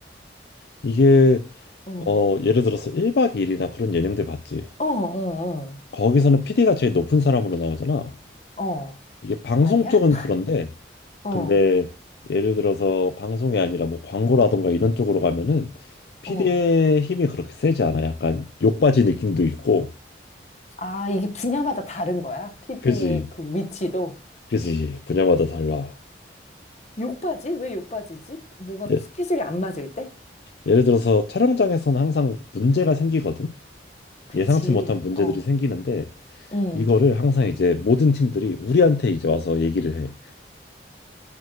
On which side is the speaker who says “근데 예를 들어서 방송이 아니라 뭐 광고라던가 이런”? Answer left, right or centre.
Left